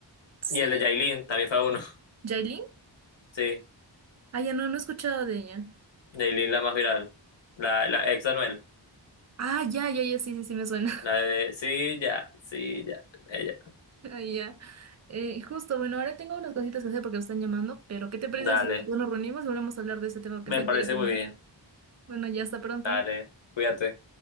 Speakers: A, on the right; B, on the left.
A: sí.
B: Y el de Yailin, también fue a uno,
A: ¿Yailin?
B: <laughs> sí.
A: Ah, ya no, no he escuchado de ella.
B: Yailin, la más viral. La, la ex Anuel.
A: Ah, ya, ya, ya, sí, sí, sí me suena. <laughs>
B: La de, sí, ya, sí, ya, ella.
A: Ah, ya. Eh, justo, bueno, ahora tengo unas cositas que hacer porque me están llamando, pero ¿qué te parece
B: Dale.
A: si nos reunimos y volvemos a hablar de este tema que
B: Me
A: está interesante?
B: parece muy bien.
A: Bueno, ya hasta pronto.
B: Dale, cuídate.